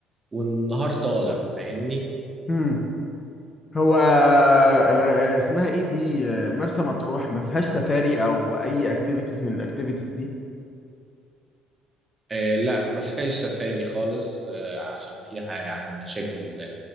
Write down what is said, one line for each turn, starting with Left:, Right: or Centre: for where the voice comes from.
Right: والنهار طالع فاهمني؟
Left: امم هو الغ... اسمها ايه دي مرسى مطروح ما فيهاش سفاري او اي اكتيفيتيز من الاكتيفيتيز دي
Right: آه لا ما فيهاش سفاري خالص آه عشان فيها يعني مشاكل